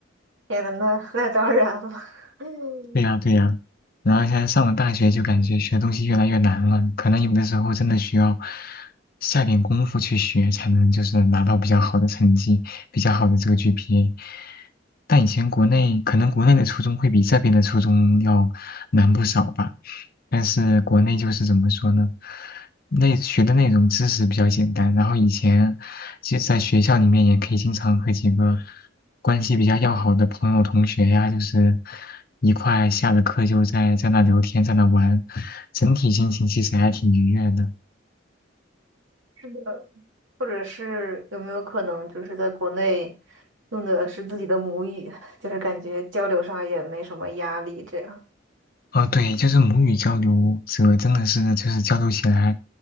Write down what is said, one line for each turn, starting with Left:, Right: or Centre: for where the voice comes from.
Right: 天呐，那那当然了，<laughs> 嗯
Left: 对呀，对呀，然后现在上了大学就感觉学东西越来越难了，可能有的时候真的需要下点功夫去学，才能就是拿到比较好的成绩，比较好的这个 GPA。但以前国内可能国内的初中会比这边的初中要难不少吧，但是国内就是怎么说呢，内学的那种知识比较简单，然后以前。其实在学校里面也可以经常和几个关系比较要好的朋友、同学呀，就是一块下了课就在在那聊天，在那玩，整体心情其实还挺愉悦的。
Right: 是的，或者是有没有可能就是在国内用的是自己的母语，就是感觉交流上也没什么压力，这样。
Left: 哦，对，就是母语交流者真的是就是交流起来，